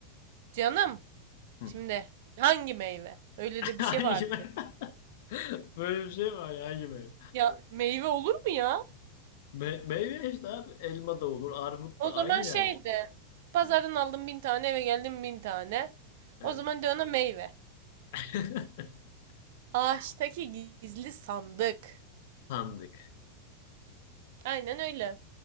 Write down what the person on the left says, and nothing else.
Hı.
<laughs>
Hangi
meyve? <laughs> Böyle bir şey var ya hangi meyve?
Me- meyve işte abi. Elma da olur, armut
da
aynı
yani.
Hı.
Evet.
<laughs>
Sandık.